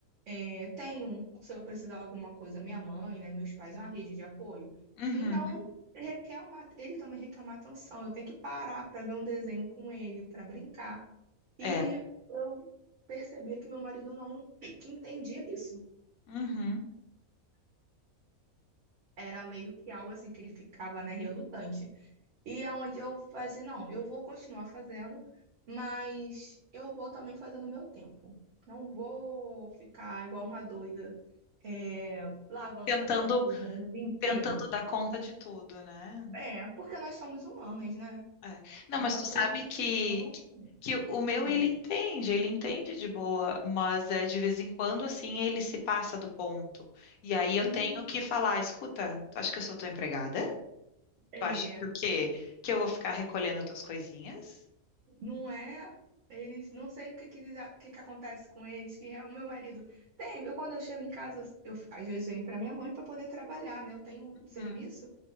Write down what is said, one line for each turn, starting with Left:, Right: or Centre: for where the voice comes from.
Right: é, tenho, se eu precisar de alguma coisa, minha mãe, né, meus pais, é uma rede de apoio.
Left: uhum,
Right: Então, requer uma, ele também requer uma atenção. Eu tenho que parar para ver um desenho com ele, para brincar.
Left: é,
Right: E eu percebia que meu marido não <clears throat> entendia isso.
Left: uhum.
Right: Era meio que algo assim que ele ficava, né, relutante. E aonde eu fazia, não, eu vou continuar fazendo, mas eu vou também fazendo o meu tempo. Não vou ficar igual uma doida é, lavando,
Left: Tentando,
Right: passando, cruzando o dia inteiro.
Left: tentando dar conta de tudo, né?
Right: É, porque nós somos humanas, né?
Left: É. Não,
Right: Essa
Left: mas tu
Right: transição,
Left: sabe que, que o meu
Right: sabe?
Left: ele entende, ele entende de boa, mas é de vez em quando assim ele se passa do ponto. E aí eu
Right: Hum,
Left: tenho que falar, escuta, tu acha que eu sou tua empregada?
Right: é,
Left: Tu acha que o quê? Que eu vou ficar recolhendo tuas coisinhas?
Right: não é. Eles, não sei o que, que, eles, o que, que acontece com eles, que é o meu marido. Tem, eu quando eu chego em casa, eu, às vezes eu venho para minha mãe para poder trabalhar, né? Eu tenho
Left: Uhum,
Right: serviço.